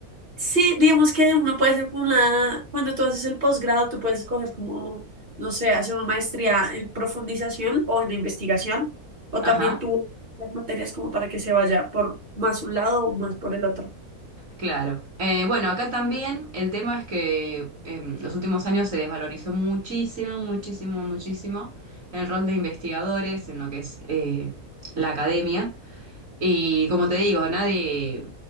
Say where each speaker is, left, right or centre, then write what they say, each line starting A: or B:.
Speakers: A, on the right (about 35°); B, on the right (about 55°).
A: Sí, digamos que uno puede hacer como una, cuando tú haces el posgrado, tú puedes escoger como, no sé, hacer una maestría en profundización o en investigación, o
B: Ajá.
A: también tú las materias como para que se vaya por más un lado o más por el otro.
B: Claro. Eh, bueno, acá también el tema es que en los últimos años se desvalorizó muchísimo, muchísimo, muchísimo el rol de investigadores en lo que es eh, la academia. Y como te digo, nadie